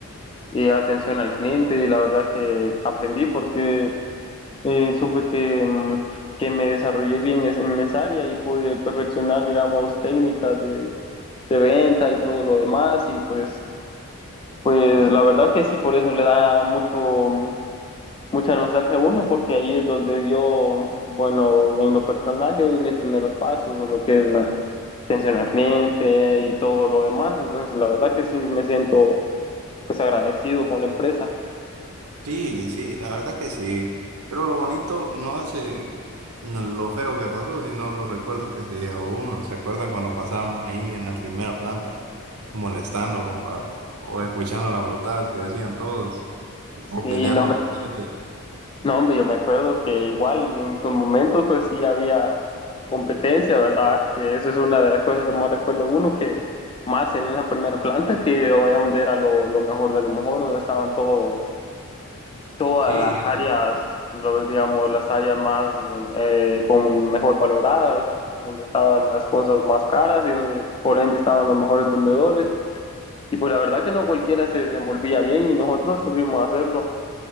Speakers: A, on the left; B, on the right.
A: eh, atención al cliente y la verdad que aprendí porque eh, supe que, mm, que me desarrollé bien es- en esa área y pude perfeccionar, digamos, técnicas de, de venta y todo lo demás y pues, pues la verdad que sí, por eso le da mucho, Mucha nostalgia uno porque ahí es donde dio, bueno, en lo personal yo di mis primeros pasos, lo que es la atención al cliente y todo lo demás. Entonces, la verdad que sí me siento pues agradecido con la empresa.
B: Sí, sí, la verdad que sí. Pero lo bonito no es eh, no lo feo que pasó, sino los recuerdos que se lleva uno. ¿Se acuerdan cuando pasábamos ahí en la primera planta molestando, compa, o, o escuchando las brotadas que decían todos,
A: Sí,
B: o peleando
A: no, Ujú.
B: los
A: hombre,
B: clientes?
A: no, hombre, yo me acuerdo que igual en su momento pues sí había competencia, ¿verdad? Que eso es una de las cosas que más recuerdo uno, que más en esa primera planta, que era donde era lo, lo mejor de lo mejor, donde estaban todos todas
B: Sí,
A: las áreas,
B: era-
A: lo- digamos, las áreas más eh, con mejor valoradas, donde estaban las cosas más caras y donde por ende estaban los mejores vendedores. Y pues la verdad que no cualquiera se desenvolvía bien y nosotros supimos hacerlo